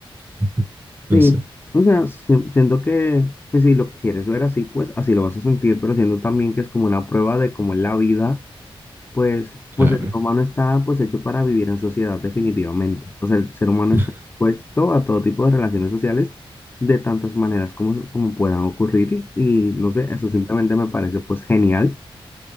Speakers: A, on the right; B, on the left.
A: <laughs>
B: Sí,
A: No sé,
B: o sea, sien- siento que, que si lo quieres ver así, pues así lo vas a sentir, pero siento también que es como una prueba de cómo es la vida Pues,
A: claro.
B: pues el ser humano está pues hecho para vivir en sociedad definitivamente. O sea, el ser humano
A: <laughs>
B: está expuesto a todo tipo de relaciones sociales de tantas maneras como, como puedan ocurrir y, y no sé, eso simplemente me parece pues genial.